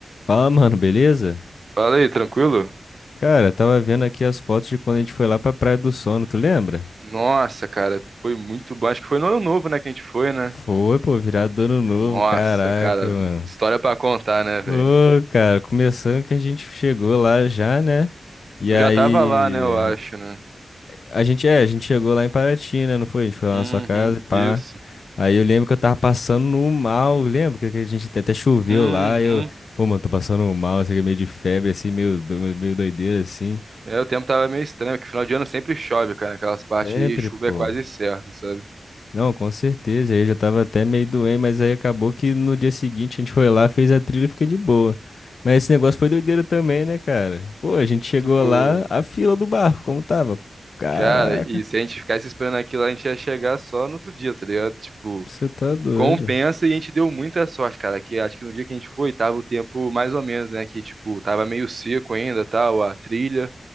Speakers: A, on the left; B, on the right.
A: Fala, mano, beleza?
B: Fala aí, tranquilo?
A: Cara, tava vendo aqui as fotos de quando a gente foi lá pra Praia do Sono, tu lembra?
B: Nossa, cara, foi muito bom. Acho que foi no ano novo, né, que a gente foi, né?
A: Foi, pô, virado do ano novo,
B: Uhum. Nossa,
A: caraca,
B: cara,
A: mano.
B: história pra contar, né, velho?
A: Ô, cara, começando que a gente chegou lá já, né? E
B: Eu
A: aí,
B: já tava lá, né, eu acho, né?
A: a gente, é, a gente chegou lá em Paraty, né, não foi? A gente foi lá
B: Uhum,
A: na sua casa, e pá.
B: isso.
A: Aí eu lembro que eu tava passando no mal, lembro que que a gente até até choveu
B: Uhum.
A: lá, e eu, pô, mano, tô passando mal, isso aqui é meio de febre, assim, meio, do- meio doideira, assim.
B: É, o tempo tava meio estranho, porque final de ano sempre chove, cara, aquelas partes
A: Sempre,
B: aí, chuva
A: pô.
B: é quase certa, sabe?
A: Não, com certeza. Eu já tava até meio doente, mas aí acabou que no dia seguinte a gente foi lá, fez a trilha e fiquei de boa. Mas esse negócio foi doideira também, né, cara? Pô, a gente chegou
B: Tipo,
A: lá, a fila do barco, como tava? Caraca,
B: cara, e se a gente ficasse esperando aquilo, lá, a gente ia chegar só no outro dia, tá ligado? Tipo.
A: você tá doido.
B: Compensa e a gente deu muita sorte, cara, que acho que no dia que a gente foi, tava o tempo mais ou menos, né, que tipo, tava meio seco ainda, tal, a trilha,